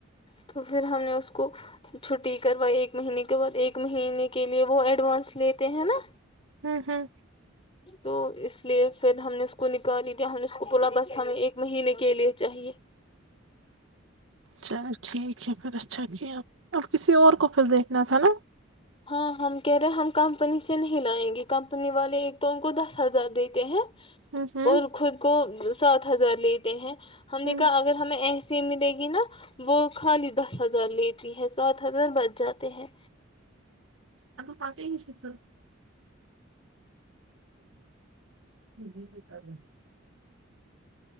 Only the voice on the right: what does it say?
ہاں ہاں
چلو ٹھیک ہے پھر اچھا اب کسی اور کو پھر دیکھنا تھا نا
ہوں ہوں
ہوں
س ہی شک س